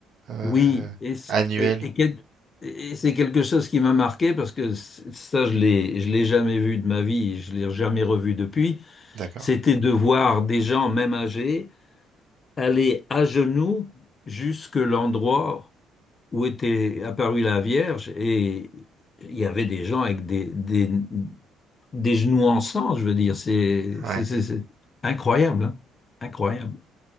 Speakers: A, on the right; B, on the left.
A: euh,
B: Oui, et, c-
A: annuel.
B: et- et quel- et c'est quelque chose qui m'a marqué parce que c- ça, je l'ai, je l'ai jamais vu de ma vie, je l'ai jamais revu depuis.
A: D'accord.
B: C'était de voir des gens, même âgés, aller à genoux jusque l'endroit où était apparue la Vierge et il y avait des gens avec des, des, des genoux en sang, je veux dire. C'est
A: Ouais.
B: c'est- c'est- c'est incroyable, hein. Incroyable.